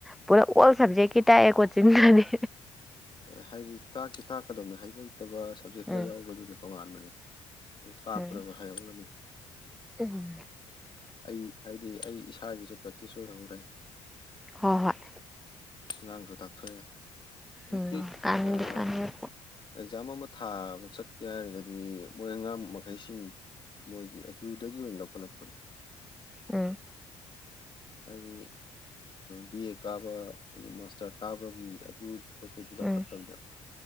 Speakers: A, in the centre; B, on the left (about 35°).
A: ꯄꯨꯔꯥ ꯑꯣꯜ ꯁꯕꯖꯦꯛꯀꯤ ꯇꯥꯛꯑꯦ ꯀꯣꯆꯤꯟꯗꯗꯤ
B: ꯑꯦ ꯍꯥꯏꯗꯤ ꯇꯥꯛꯀꯤ ꯇꯥꯛꯀꯗꯧꯅꯦ ꯍꯩꯕ ꯍꯩꯇꯕ ꯁꯕꯖꯦꯛ ꯈꯔ
A: ꯎꯝ
B: ꯌꯥꯎꯕꯗꯨꯅ ꯇꯣꯉꯥꯟꯕꯅꯤ ꯇꯥꯛꯄꯗ
A: ꯎꯝ
B: ꯍꯩꯍꯧꯔꯅꯤ
A: ꯎꯝ
B: ꯑꯩ ꯍꯥꯏꯕꯗꯤ ꯑꯩ ꯏꯁꯥꯒꯤꯁꯨ ꯄ꯭ꯔꯦꯛꯇꯤꯁ ꯑꯣꯏꯍꯧꯔꯦ
A: ꯍꯣꯏ ꯍꯣꯏ
B: ꯑꯉꯥꯡꯁꯨ ꯇꯥꯛꯊꯣꯛꯑꯦ ꯑ
A: ꯎꯝ ꯀꯥꯟꯗꯤ ꯀꯥꯟꯅꯩ
B: <unintelligible> ꯑꯦꯛꯖꯥꯝ ꯑꯃ ꯊꯥꯕ ꯆꯠꯀꯦ ꯍꯥꯏꯔꯒꯗꯤ ꯃꯣꯏ ꯑꯉꯝ ꯃꯈꯩ ꯁꯤꯡ ꯃꯣꯏꯒꯤ ꯑꯗꯨꯗꯒꯤ ꯑꯣꯏꯅ ꯂꯧꯈꯠꯂꯛꯄꯅꯤ
A: ꯎꯝ
B: <unintelligible> ꯍꯥꯏꯗꯤ ꯕꯤ ꯑꯦ ꯀꯥꯕ ꯑꯗꯨ ꯃꯥꯁꯇꯔ ꯀꯥꯕꯒꯤ ꯑꯗꯨ ꯄꯣꯠꯇꯨꯗꯤ ꯂꯧꯈꯠꯇꯕꯅꯦꯕ
A: ꯎꯝ